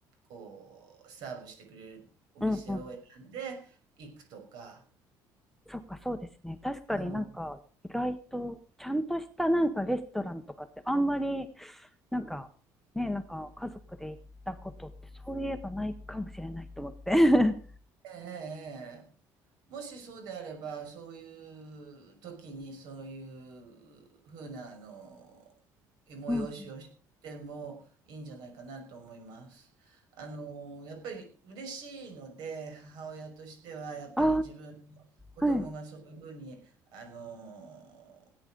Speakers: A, on the right; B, in the centre.
A: こう、サーブしてくれるお店を選んで行くとか、
B: うんうんそっか、そうですね。確かになんか意外とちゃんとしたなんかレストランとかってあんまり
A: うん。
B: なんかね、なんか家族で行ったことってそういえばないかもしれないと思って。<laughs>
A: ええ、ええ、もしそうであれば、そういう時にそういうふうな、あの、催しをしてもいいんじゃないかなと思います。
B: うん。
A: あの、やっぱり嬉しいので、母親としては、やっぱり自分の子供がそういうふうに、
B: ああ、はい。
A: あの、